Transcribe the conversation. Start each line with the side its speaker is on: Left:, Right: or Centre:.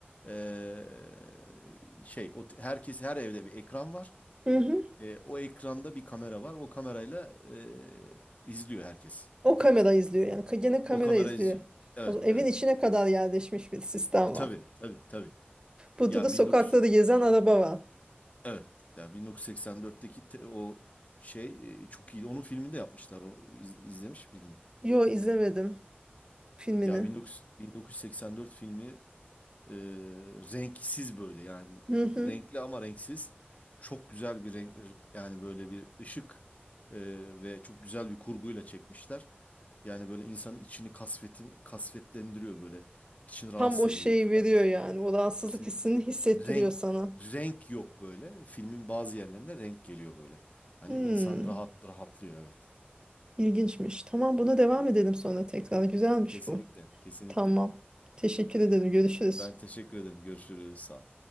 Left: e, şey o herkes her evde bir ekran var.
Right: Hı hı.
Left: E, o ekranda bir kamera var. O kamerayla e, izliyor herkes.
Right: O kamera izliyor yani ka- gene kamera
Left: O kamera
Right: izliyor.
Left: izliyor. Evet,
Right: O zaman
Left: evet.
Right: evin içine kadar yerleşmiş bir sistem
Left: E, tabii,
Right: var.
Left: tabii, tabii.
Right: Burada
Left: Ya
Right: da
Left: 19
Right: sokakları gezen araba var.
Left: evet. Ya 1984'teki te- o şey e, çok iyiydi. Onun filmini de yapmışlar. Onu iz- izlemiş miydin?
Right: Yo izlemedim filmini.
Left: Ya 19 1984 filmi Ee, renksiz böyle yani
Right: Hı hı.
Left: renkli ama renksiz çok güzel bir renk yani böyle bir ışık e, ve çok güzel bir kurguyla çekmişler. Yani böyle insanın içini kasvetin kasvetlendiriyor böyle içini rahatsız
Right: Tam o şeyi
Left: ediyor filan.
Right: veriyor yani. O rahatsızlık
Left: Kesinlikle
Right: hissini hissettiriyor
Left: renk
Right: sana.
Left: renk yok böyle filmin bazı yerlerinde renk geliyor böyle. Hani
Right: Hmm,
Left: insan rahat rahatlıyor evet.
Right: ilginçmiş. Tamam buna devam edelim sonra tekrar. Güzelmiş
Left: Kesinlikle
Right: bu.
Left: kesinlikle.
Right: Tamam. Teşekkür ederim. Görüşürüz.
Left: Ben teşekkür ederim. Görüşürüz. Sağ ol.